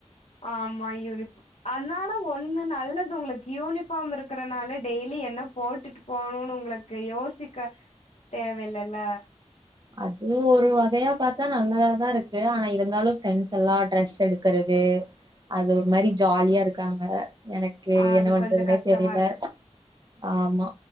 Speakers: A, on the left; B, on the right.
A: ஆமா யூனிஃப் அதனால ஒண்ணு நல்லது உங்களுக்கு யூனிஃபார்ம் இருக்கறனால டெய்லி என்ன போட்டுட்டு போனுனு உங்ளக்கு யோசிக்க தேவ் இல்லல்ல
B: அதூ ஒரு வகையா பாத்தா நல்லதா தா இருக்கு ஆனா இருந்தாலு ஃப்ரெண்ஸ் எல்லா ட்ரஸ் எடுக்கறதே அது ஒர் மாரி ஜாலியா இருக்காங்க எனக்கு
A: அது
B: என்ன வண்றதுன்னே
A: கொஞ்சோ கஷ்டமா
B: தெரில ஆமா